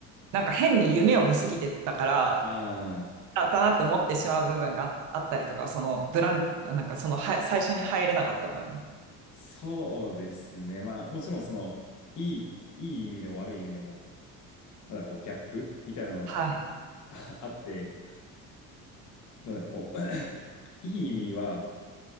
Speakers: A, on the right; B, on the left.
A: なんか変に夢を見すぎてたから、
B: <laughs> ああ、
A: だったなって思ってしまう部分がああったりとか、そのブランク、なんかそのは最初に入れなかった分。
B: そうですね。まあ、もちろん、その、いい、いい意味でも悪い意味でも、なんだろう、こう、ギャップみたいなのは
A: はい。
B: <laughs> ああって、なんだろう、こう、<clears throat> いい意味は、